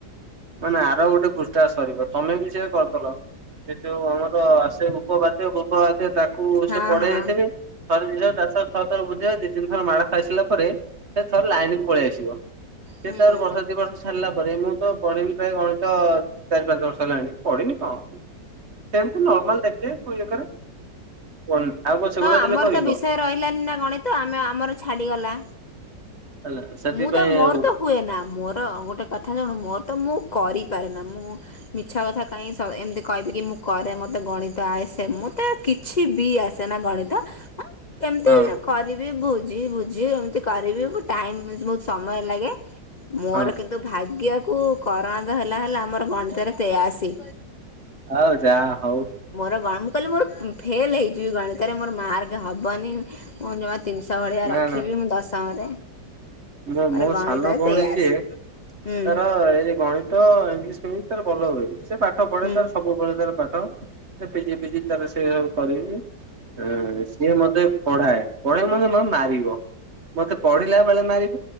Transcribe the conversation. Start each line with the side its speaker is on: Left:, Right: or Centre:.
Right: ମାନେ ଆର ଗୋଟେ ପୃଷ୍ଠା ସରିବ ତମେ ବି ସେଇଆ କରିଦେଲ। ସେ ଯୋଉ ଆମର ଆସେ ଉପବାଦ୍ୟ ଫୁପବାଦ୍ୟ ତାକୁ
Left: ହଁ
Right: ସେ ପଢେଇ
Left: ହଁ
Right: ଯାଇଥିବେ। ଥରେ ଦି ଥର ଚାରି ଥର ଛଅ ଥର ବୁଝେଇବେ ଦି ତିନି ଥର ମାଡ଼ ଖାଇସିଲା ପରେ। ସେ ଥରେ ଲାଇନ କୁ ପଳେଇ ଆସିବ ସେ
Left: ହୁଁ।
Right: ତାପରେ ବର୍ଷେ ଦି ବର୍ଷ। ସାରିଲା ପରେ ମୁଁ ତ ପଢିନି ପ୍ରାୟ ଗଣିତ ଚାରି ପାଞ୍ଚ ବର୍ଷ ହେଲାଣି ପଢିନି କଣ। ସେମିତି ନର୍ମାଲ ଦେଖିବେ କୋଉ ଜାଗାରେ ଆଉ କଣ
Left: ହଁ
Right: ସେଗୁଡା
Left: ଆମର
Right: ଦେଲେ କରିବି
Left: ତ ବିଷୟ
Right: କଣ।
Left: ରହିଲାନି ନା ଗଣିତ ଆମେ ଆମର ଛାଡ଼ିଗଲା।
Right: ହେଲା ସେଥିପାଇଁ
Left: ମୁଁ ତ ମୋର
Right: ଆଉ
Left: ତ ହୁଏ ନା ମୋର ଗୋଟେ କଥା ଶୁଣ ମୋର ତ ମୁଁ କରିପାରେ ନା ମୁଁ। ମିଛା କଥା କାହିଁକି ଏମିତି କହିବି କି ମୁଁ। କରେ ମତେ ଗଣିତ ଆଇସେ ମୋତେ କିଛି ବି ଆସେ ନା ଗଣିତ। କେମିତି
Right: ହଁ ହଁ
Left: କରିବି ବୁଝି ବୁଝି ଏମିତି କରିବି ଟାଇମ ବହୁତ ସମୟ ଲାଗେ ମୋର
Right: ହଁ
Left: କିନ୍ତୁ ଭାଗ୍ୟକୁ। କରୋନା ହେଲା ହେଲା ଆମର ଗଣିତରେ ତେୟାଅଶୀ।
Right: ହଉ ଯାହା ହଉ।
Left: ମୋର ଗଣି ମୁଁ କହିଲି ମୋର ଫେଲ ହେଇଯିବି ଗଣିତରେ ମୋର ମାର୍କ ହବନି ମୋର ଜମା ତିନିଶହ ଭଳିଆ
Right: ନା
Left: ରଖିବି ମୁଁ ଦଶମରେ।
Right: ମୁଁ
Left: ମୋର
Right: ମୋ
Left: ଗଣିତରେ
Right: ସାନ ଭଉଣୀ
Left: ତେୟାଅଶୀ
Right: ଯିଏ
Left: ହୁଁ
Right: ତାର ଏଇ ଗଣିତ। ତ ଇଂଲିଶ ଫିଂଲିଶ ତାର ଭଲ ହୁଏ ସେ ପାଠ ପଢେ
Left: ହୁଁ।
Right: ତାର ସବୁବେଳେ ତାର ପାଠ ସେ ପିଜି ଫିଜି ତାର ସେ ସବୁ କରି। ହୁଁ ସିଏ ମତେ ପଢାଏ। ପଢେଇବ ମେ ମେ ମାରିବ ମତେ ପଢିଲା ବେଳେ ମାରିବ।